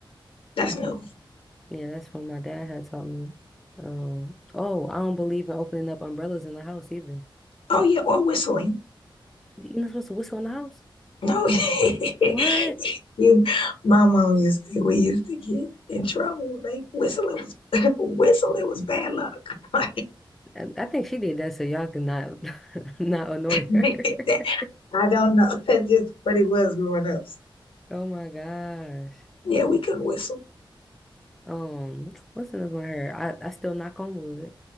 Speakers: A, on the left; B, in the centre.
A: That's new.
B: Yeah, that's what my dad had taught me. Um, oh, I don't believe in opening up umbrellas in the house either.
A: Oh yeah, or whistling.
B: You're not supposed to whistle in the house.
A: No,
B: What?
A: <laughs> you. My mom used to. We used to get in trouble. Like whistling was <laughs> whistling was bad luck. <laughs>
B: I, I think she did that so y'all could not <laughs> not annoy
A: that-
B: her. <laughs>
A: I don't know. <laughs> That's just what it was growing up. So,
B: Oh my gosh.
A: yeah, we couldn't whistle.
B: Um, what's another one I heard? I, I still knock on wood.